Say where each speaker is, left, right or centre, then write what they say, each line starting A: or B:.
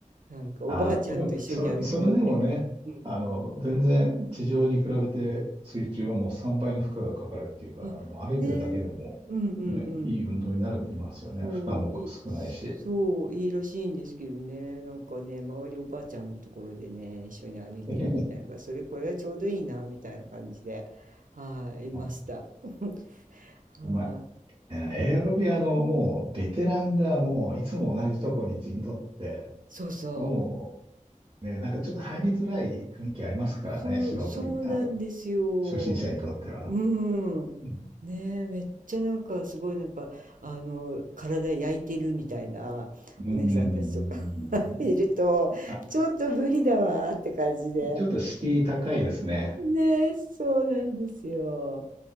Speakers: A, on the right (about 80°); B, on the right (about 35°).
A: なんかおばあちゃんと一緒に歩き回って。
B: あー、でも、それ、それでもね、
A: うん。
B: あの、全然地上に比べて水中はもう3倍の負荷がかかるっていうから、
A: あ、
B: もう歩いてるだけでも、
A: ねえ、うんうんうん。
B: ね、いい運動になるって言いますよね。
A: そう、
B: 負担も少ないし。
A: い、そう、いいらしいんですけどね、なんかね、周りおばあちゃんのところでね、一緒に歩いてるみたいな、
B: <laughs>
A: それ、これがちょうどいいな、みたいな感じで、はい、いました。
B: あ
A: <laughs> はい、
B: うまい。えーエアロビアのもうベテランがもういつも同じとこに陣取って、
A: そうそう、
B: もうね、なんかちょっと入りづらい雰囲気ありますからね、
A: そう、
B: 素人に、
A: そうなんですよ。
B: あ、初心者にとっては。
A: うん。
B: うん。
A: ねえ、めっちゃなんか、すごいなんか、あの、体焼いてるみたいなお姉さんたちとか
B: うーん
A: <laughs> いると、
B: あ、
A: ちょっと無理だわーって感じで。
B: ちょっと敷居高いですね。
A: ね、そうなんですよ。